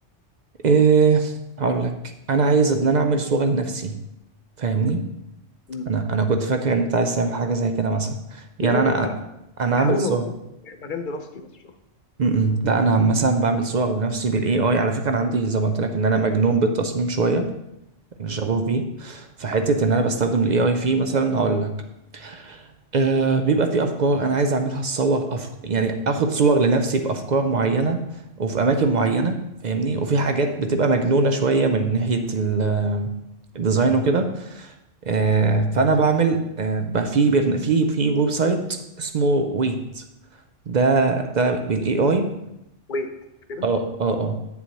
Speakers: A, on the right; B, on the left.
A: ايه هقول لك انا عايز ان انا اعمل صوره لنفسي فاهمني
B: م.
A: انا انا كنت فاكر ان انت عايز تعمل حاجه زي كده مثلا يعني
B: لا لا
A: انا
B: لا لا
A: انا أنا
B: بحاول
A: عامل صوره
B: اوظف مجال دراستي بس شغل
A: م-م. لا انا مثلا بعمل صور لنفسي بالاي اي على فكره انا عندي زي ما قلت لك ان انا مجنون بالتصميم شويه انا
B: م.
A: شغوف بيه فحته ان انا بستخدم الاي اي فيه مثلا هقول لك آه بيبقى في افكار انا عايز اعملها الصور أف... يعني اخد صور لنفسي بافكار معينه وفي اماكن معينه فاهمني وفي حاجات بتبقى مجنونه شويه من ناحيه ال- الديزاين وكده آه فانا بعمل آه بقى في برن... في في ويب سايت اسمه ويت ده ده بالاي اي
B: ويت كده
A: اه اه اه